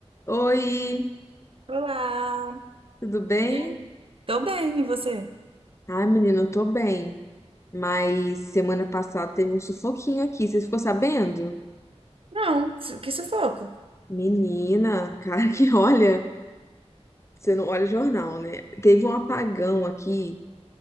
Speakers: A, on the left; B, on the right.
A: Oi,
B: Olá!
A: tudo bem?
B: E aí? Tô bem, e você?
A: Ai, menina, eu tô bem. Mas semana passada teve um sufoquinho aqui, você ficou sabendo?
B: Não, su- que sufoco.
A: Menina, <laughs> cara que olha, você não olha o jornal, né? Teve um apagão aqui,